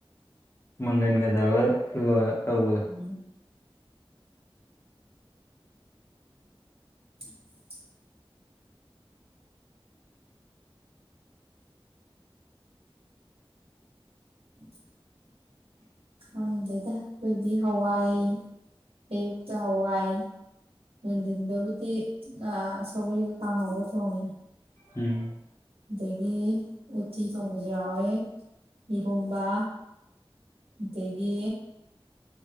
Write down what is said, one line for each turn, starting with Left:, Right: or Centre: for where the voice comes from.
Left: ꯃꯪꯒꯟꯒ ꯇꯧꯔꯒ ꯂꫭꯏ ꯇꯧꯕꯗꯣ
Right: ꯎꯝ <unintelligible> ꯎꯝ <unintelligible> ꯈꯪꯗꯦꯗ ꯑꯩꯈꯣꯏꯗꯤ ꯍꯋꯥꯏ ꯑꯌꯨꯛꯇ ꯍꯋꯥꯏ ꯅꯨꯡꯗꯤꯟꯗꯕꯨꯗꯤ ꯑꯥ ꯁꯧꯒꯔꯤꯒ ꯀꯥꯡꯍꯧꯒ ꯊꯣꯡꯉꯦ
Left: ꯎꯝ
Right: ꯑꯗꯒꯤ ꯎꯠꯇꯤ ꯊꯣꯡꯕꯖꯨ ꯌꯥꯎꯋꯦ ꯏꯔꯣꯝꯕ ꯑꯗꯒꯤ